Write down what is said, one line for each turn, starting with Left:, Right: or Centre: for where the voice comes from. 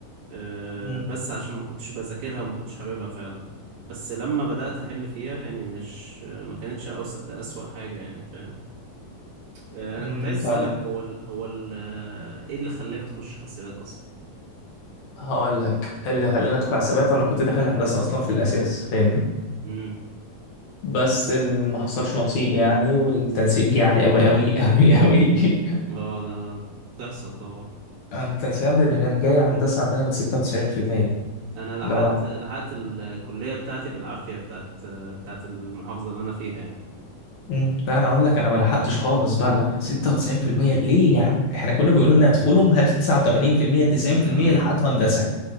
Right: آه
Left: امم
Right: بس عشان ما كنتش بذاكرها وما كنتش حاببها فعلا بس لما بدات احل فيها يعني مش آه ما كانتش أوس- اسوأ حاجه يعني فاهم آه انا
Left: امم
Right: كنت عايز
Left: فاهمك
Right: اسالك هو ال هو ال آه، ايه اللي خلاك تخش حاسبات اصلا
Left: هقول لك اللي خلاني ادخل حسابات وانا كنت داخل هندسه اصلا في الاساس فاهمني
Right: امم
Left: بس ال- ما حصلش نصيب يعني والتنسيق جه عالي قوي قوي قوي قوي <laughs>
Right: اه ده بتحصل طبعا
Left: التنسيق عندنا كان جاي هندسه عندنا من 96%
Right: انا لحقت
Left: اللي هو
Right: لحقت الكليه بتاعتي بالعافيه بتاعت آه، بتاعت المحافظه اللي انا فيها يعني
Left: مم. لا انا اقول لك انا ما لحقتش خالص بقى اللي هو 96% ليه يا عم احنا كنا بيقولوا لنا ادخلهم هاتوا 89% 90%
Right: يا لهوي
Left: لحقتوا هندسه